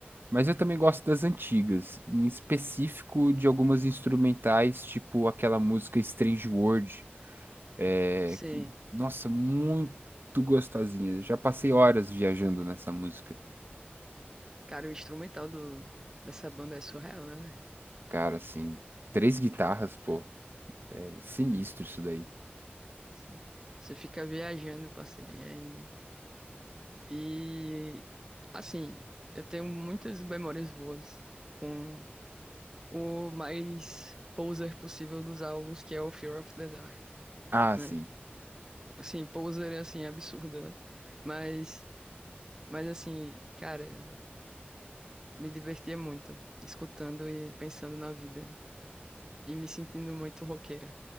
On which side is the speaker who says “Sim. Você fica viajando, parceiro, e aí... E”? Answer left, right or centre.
Right